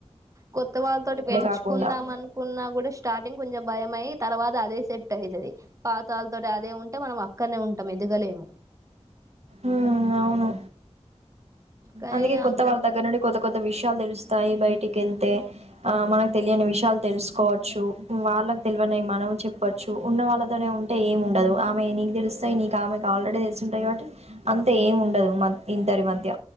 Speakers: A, on the right; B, on the right.
A: కొత్త వాళ్ళతోటి పెంచుకుందాం
B: కాకుండా
A: అనుకున్నా కూడా స్టార్టింగ్ కొంచెం భయమయి తర్వాత అదే సెట్ అవుతది పాతాల తోటి అదే ఉంటే మనం అక్కడనే ఉంటాం ఎదగలేం
B: ఉమ్ అవును
A: కానీ
B: అందుకే కొత్త
A: అంత
B: వాళ్ళ దగ్గర నుండి కొత్త కొత్త విషయాలు తెలుస్తాయి బయటికి వెళ్తే ఆ మన తెలియని విషయాల్ తెలుసుకోవచ్చు వాళ్ళకి తెలివని మనం చెప్పొచ్చు ఉన్న వాళ్ళతోనే ఉంటే ఏమి ఉండదు ఆమె నీకు తెలుస్తాయి నీకు ఆమెకు ఆల్రెడీ తెలుసు ఉంటాయి కాబట్టి అంతే ఏం ఉండదు మ ఇందరి మధ్య